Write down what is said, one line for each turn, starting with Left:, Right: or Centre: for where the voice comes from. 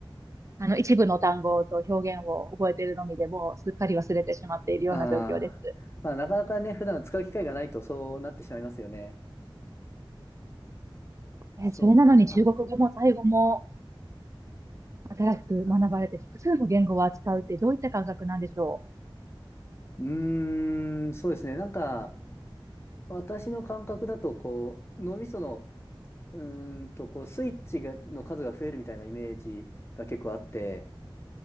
Right: あの一部の単語と表現を覚えているのみでもうすっかり忘れてしまっているような状況です。
Left: あー、まあ、なかなかね、普段使う機会がないと、そうなってしまいますよね。
Right: えーそれなのに中国語もタイ語も
Left: そう。あ、
Right: 新しく学ばれて複数の言語を扱うってどういった感覚なんでしょ
Left: あうーん、そうですね。なんか、私の感覚だと、こう、脳みそのうーんと、こう、スイッチが、の数が増えるみたいなイメージが結構あって、